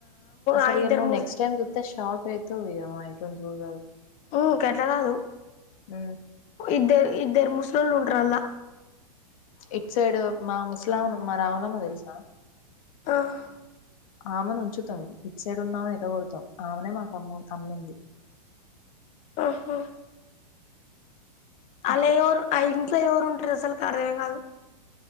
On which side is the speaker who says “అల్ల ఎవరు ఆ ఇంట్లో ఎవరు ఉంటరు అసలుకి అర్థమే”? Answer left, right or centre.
Left